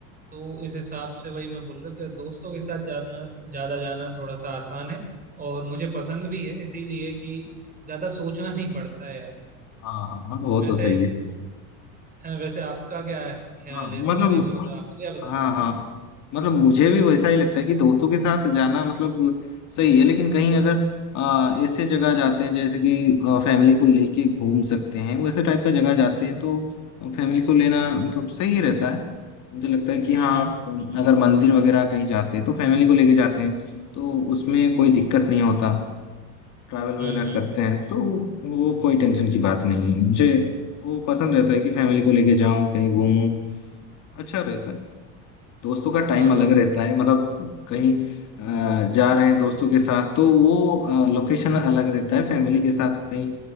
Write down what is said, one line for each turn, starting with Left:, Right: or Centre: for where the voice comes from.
Right: तो इस हिसाब से वही मैं बोल रहा कि दोस्तों के साथ जाना ज़्यादा जाना थोड़ा सा आसान है और मुझे पसंद भी है इसीलिए कि ज़्यादा सोचना नहीं पड़ता है यार
Left: हाँ हाँ हाँ, वो
Right: वैसे
Left: तो सही है
Right: हाँ, वैसे आपका क्या ख्याल
Left: हाँ
Right: है इस
Left: मतलब
Right: बारे में मतलब आपको क्या पसंद
Left: हाँ हाँ मतलब मुझे भी वैसा ही लगता है कि दोस्तों के साथ जाना मतलब सही है लेकिन कहीं अगर आ, ऐसे जगह जाते हैं जैसे कि फैमिली को लेके घूम सकते हैं वैसे टाइप का जगह जाते हैं तो फैमिली को लेना मतलब सही रहता है मुझे लगता है कि हाँ
Right: हम्म हम्म
Left: अगर मंदिर वगैरह कहीं जाते हैं तो फैमिली को लेके जाते हैं तो उसमें कोई दिक्कत नहीं होता ट्रैवल वगैरह
Right: हम्म हम्म,
Left: करते हैं तो वो कोई टेंशन की बात नहीं है मुझे वो पसंद रहता है कि फैमिली को लेके जाऊं कहीं घूमूं अच्छा रहता है दोस्तों का टाइम
Right: हाँ हाँ
Left: अलग रहता है मतलब कहीं अ, जा रहे हैं दोस्तों के साथ तो वो लोकेशन अलग रहता है फैमिली के साथ कहीं